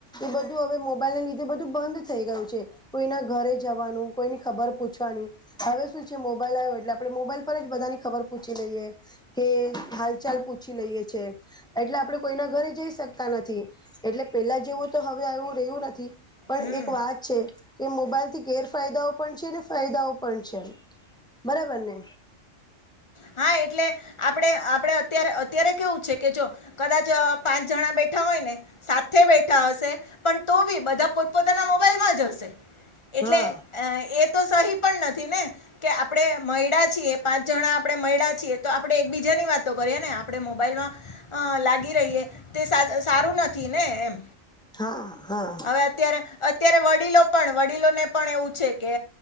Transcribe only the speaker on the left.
હમ
હા, એટલે આપણે -આપણે, અત્યારે -અત્યારે કેવું છે કે જો કદાચ અ પાંચ જણા બેટ બેઠા હોય ને સાથે બેઠા હશે પણ તો બી બધા પોતપોતાના મોબાઈલ માંજ હશે. એટલે
અ એ તો સહી પણ નથી ને કે આપણેે મઇડા છીએ પાંચ જણા આપણે મઇડા છીએ તો આપણે એકબીજાની વાતો કરીએ ને. આપડે મોબાઈલમાં લાગી રહીએ તે સારું નથી ને એમ.
હવે અત્યારે -અત્યારે વડીલો પણ વડીલોને પણ એવું છે કે